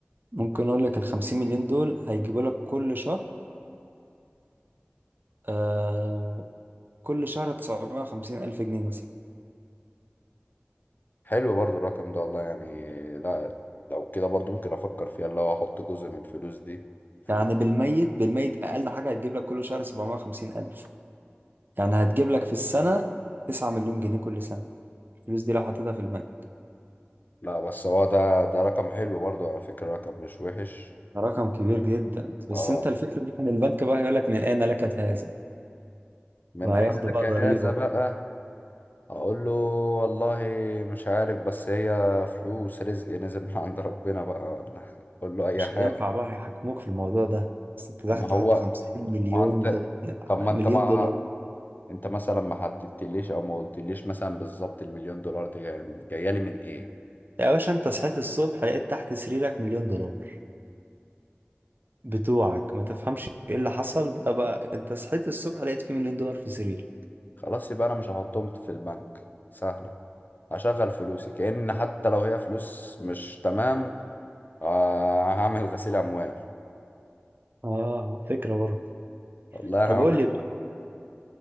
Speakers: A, on the right; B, on the left.
A: ممكن اقول لك ال 50 مليون دول هيجيبوا لك كل شهر آه كل شهر 950 الف جنيه مثلا
B: حلو برضو الرقم ده والله يعني لا لو كده برضو ممكن افكر فيها اللي هو احط جزء من الفلوس دي في
A: يعني
B: ال-
A: بالميت بالميت اقل حاجه هتجيب لك كل شهر 750 الف يعني هتجيب لك في السنه 9 مليون جنيه كل سنه الفلوس دي لو حطيتها في البنك
B: لا بس هو ده ده رقم حلو برضو على فكرة رقم مش وحش
A: رقم كبير جدا بس
B: اه
A: انت الفكره دي كان البنك بقى هيقول لك من اين لك هذا
B: من
A: وهياخدوا
B: أين لك
A: بقى
B: هذا
A: ضريبه
B: بقى اقول له والله مش عارف بس هي فلوس رزق نزل من عند ربنا بقى ولا اقول له اي
A: مش
B: حاجه
A: هينفع بقى هيحاكموك في الموضوع ده بس انت داخل
B: ما
A: تحط
B: هو
A: 50 مليون
B: ما انت
A: دولار
B: طب ما
A: مليون
B: انت ما
A: دولار
B: انت مثلا ما حددتليش او ما قلتليش مثلا بالظبط المليون دولار دي جايه جاية لي من ايه
A: يا باشا انت صحيت الصبح لقيت تحت سريرك مليون دولار بتوعك ما تفهمش ايه اللي حصل ده بقى انت صحيت الصبح لقيت في مليون دولار في سرير
B: خلاص يبقى انا مش هحطهم في البنك سهله هشغل فلوسي كأن حتى لو هي فلوس مش تمام آه، هعمل غسيل اموال
A: اه فكرة برضه
B: والله هعمل-
A: طب قول لي بقى،